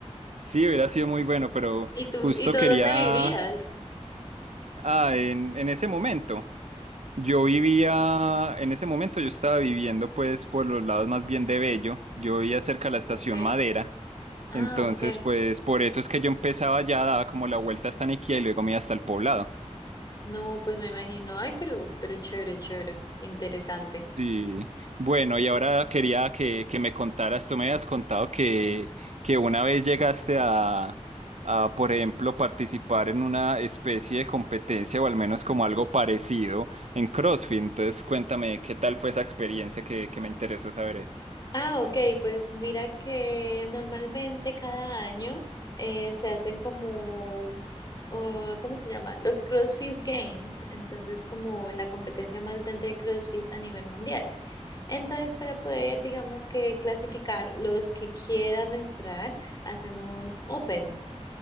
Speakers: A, on the right; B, on the left.
A: sí, hubiera sido muy bueno, pero
B: ¿Y tú,
A: justo
B: y tú
A: quería,
B: dónde vivías?
A: ah, en, en ese momento. Yo vivía, en ese momento yo estaba viviendo pues por los lados más bien de Bello, yo vivía cerca de la estación
B: Okay.
A: Madera,
B: Ah,
A: entonces
B: okay.
A: pues por eso es que yo empezaba ya, daba como la vuelta hasta Niquia y luego me iba hasta el poblado.
B: No, pues me imagino. Ay, pero, pero chévere, chévere, interesante.
A: Sí, bueno, y ahora quería que, que me contaras, tú me habías contado que, que una vez llegaste a, a, por ejemplo, participar en una especie de competencia o al menos como algo parecido en CrossFit, entonces cuéntame qué tal fue esa experiencia que, que me interesó saber eso.
B: Ah, ok, pues mira que normalmente cada año eh, se hacen como, oh, ¿cómo se llama? Los CrossFit Games, entonces como la competencia más grande de CrossFit a nivel mundial. Entonces para poder, digamos que clasificar los que quieran entrar, hacen un Open.